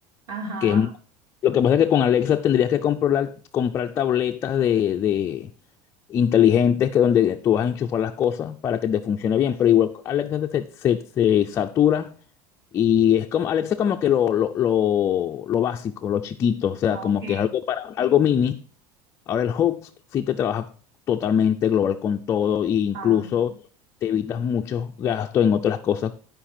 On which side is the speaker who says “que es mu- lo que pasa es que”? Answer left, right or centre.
Left